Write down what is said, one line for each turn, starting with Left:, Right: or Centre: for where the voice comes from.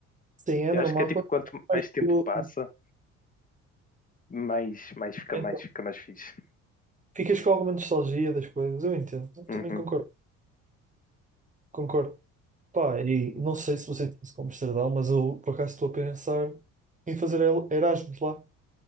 Right: Sim, é
Left: Eu
Right: normal.
Left: acho que é tipo,
Right: Quando
Left: quanto
Right: faz
Left: mais tempo
Right: aquilo,
Left: passa, mais, mais fica
Right: então,
Left: mais, fica mais fixe.
Right: ficas com alguma nostalgia das coisas. Eu entendo. Eu também
Left: Uhum.
Right: concordo. Concordo. Pá, e não sei se você tem isso como Amsterdão, mas eu por acaso estou a pensar em fazer el- Erasmus lá.